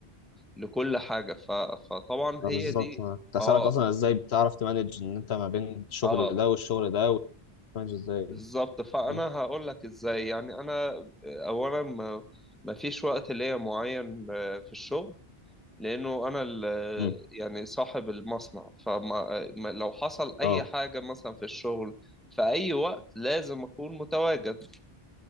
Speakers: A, in the centre; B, on the left.
A: لكل حاجة ف- فطبعا
B: ما
A: هي
B: بالظبط
A: دي
B: أنا كنت هسألك
A: اه
B: أصلا إزاي بتعرف تمانج إن أنت ما بين الشغل
A: اه
B: ده والشغل ده وتمانج إزاي
A: بالظبط فانا
B: أه
A: هقول لك ازاي يعني انا آه، اولا ما ما فيش وقت ليا معين آه، في الشغل لانه انا ال-
B: أمم.
A: يعني صاحب المصنع فما ما- لو حصل اي
B: أه
A: حاجه مثلا في الشغل في اي وقت لازم اكون متواجد